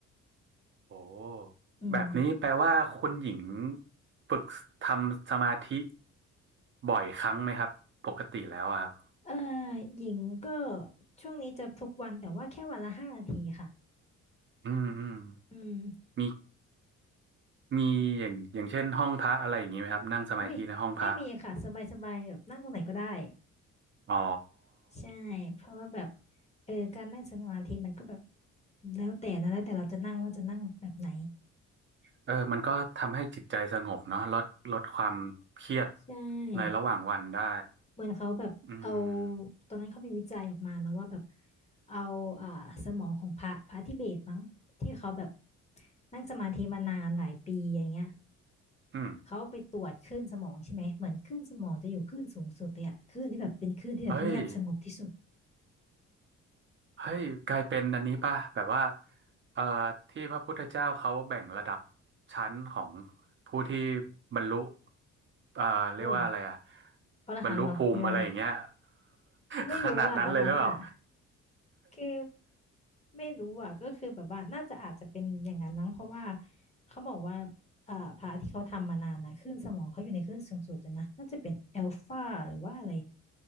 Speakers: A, on the right; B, on the left.
A: โอ้
B: อืม
A: แบบนี้แปลว่าคุณหญิงฝึกทำสมาธิบ่อยครั้งไหมครับปกติแล้วอะครับ
B: เอ่อหญิงก็ช่วงนี้จะทุกวันแต่ว่าแค่วันละห้านาทีค่ะ
A: อืมอืม
B: อืม
A: มีมีอย่างอย่างเช่นห้องพระอะไรอย่างนี้ไหมครับนั่งสมาธิในห้องพระ
B: อุ้ยไม่มีค่ะสบายสบายแบบนั่งตรงไหนก็ได้
A: อ๋อ
B: ใช่เพราะว่าแบบเออการนั่งสมาธิมันก็แบบแล้วแต่นะแล้วแต่เราจะนั่งว่าจะนั่งแบบไหน
A: เออมันก็ทำให้จิตใจสงบเนาะลดลดความเครียด
B: ใช่
A: ในระหว่างวันได้
B: เหมือนเขาแบบเอา
A: อืม
B: ตอนนั้นเขามีวิจัยออกมานะว่าแบบเอาอ่าสมองของพระพระทิเบตมั้งที่เขาแบบนั่งสมาธิมานานหลายปีอย่างเงี้ย
A: อืม
B: เขาไปตรวจคลื่นสมองใช่ไหมเหมือนคลื่นสมองจะอยู่คลื่นสูงสุดเลยอะคลื่นที่แบบเป็นคลื่นที่แบบเงียบสงบที่สุด
A: เอ้ย เฮ้ยกลายเป็นอันนี้ป่ะแบบว่าเอ่อที่พระพุทธเจ้าเขาแบ่งระดับชั้นของผู้ที่บรรลุเอ่อเรียกว่าอะไรอ่ะ
B: โอ้อรหันต์เหรอหรืออะไร
A: บรรลุภูมิอะไรอย่างเงี้ย
B: ก็ไม่รู้อ่ะอันนั้นอ่ะ
A: <laughs> ขนาดนั้นเลยหรือเปล่า
B: คือไม่รู้อ่ะก็คือแบบว่าน่าจะอาจจะเป็นอย่างนั้นนั้งเพราะว่าเขาบอกว่าเอ่อพระที่เขาทำมานานน่ะคลื่นสมองเขาอยู่ในคลื่นสูงสุดเลยนะน่าจะเป็นเอลฟาหรือว่าอะไร